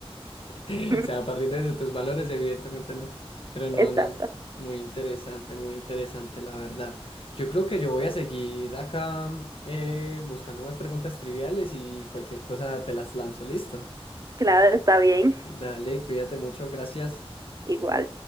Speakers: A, on the left; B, on the right.
A: <laughs>
B: <laughs>
A: O sea, a partir de tus valores, evidentemente no. Pero no,
B: Exacto,
A: no. eh, Muy interesante, muy interesante, la verdad. Yo creo que yo voy a seguir acá eh, buscando más preguntas triviales y cualquier cosa te las lanzo. Listo.
B: claro, está bien,
A: Dale, cuídate mucho. Gracias.
B: igual.